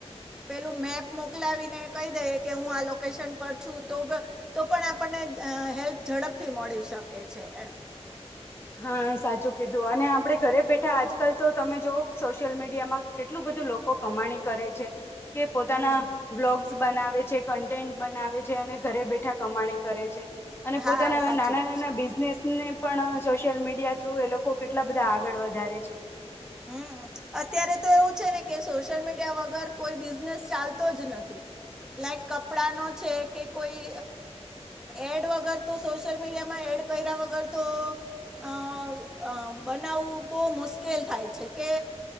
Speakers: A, in the centre; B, on the left (about 20°).
A: પેલું મેપ મોકલાવીને કહી દઈએ કે હું આ લોકો વકેશન પર છું તો તો પણ આપણને હેલ્પ ઝડપથી મળી શકે છે એમ
B: હા સાચું કીધું અને આપણે ઘરે બેઠા આજકાલ તો તમે જોઓ સોશિયલ મીડિયામાં. કેટલું બધું લોકો કમાણી કરે છે, કે પોતાના
A: હમ
B: બ્લોગ. <unintelligible> બનાવે છે કન્ટેન્ટ બનાવે છે, અને ઘરે બેઠા કમાણી કરે છે. અને
A: હા
B: પોતાના
A: સાચી
B: નાના
A: વાત
B: નાના
A: છે
B: બિઝનેસ ને પણ. સોશિયલ મીડિયા થ્રુ એ લોકો કેટલા બધા આગળ વધારે છે.
A: હમ અત્યારે તો એવું છે, ને. કે સોશિયલ મીડિયા વગર કોઈ બિઝનેસ ચાલતો જ નથી. લાઈક કપડા નો છે, કે કોઈ. એડ વગર તો સોશિયલ મીડિયામાં એડ કર્યા વગર તો. અ બનાવવું બહુ મુશ્કેલ થાય છે, કે